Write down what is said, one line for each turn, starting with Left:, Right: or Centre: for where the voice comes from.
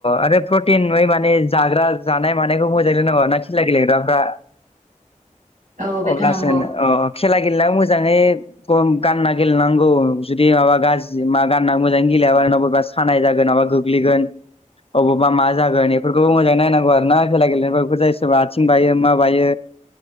Left: आरो प्रटिन ओइ माने जाग्रा जानाय मानायखौ मोजाङै <unintelligible> ना खेला गेलेग्राफ्रा
Right: औ बेथ'
Left: अब्लासो
Right: नंगौ
Left: नो अ खेला गेलेनायाव मोजाङै खम गानना गेलेनांगौ जुदि माबा गाज्रि मा गानना मोजाङै गेलेयाबा बोरैबा सानाय जागोन ना बा गोग्लैगोन अबावबा मा जागोन एफोरखौबो मोजाङै नायनांगौ आरो ना खेला गेलेनाय बेफोर जायो सोरबा आथिं बायो मा बायो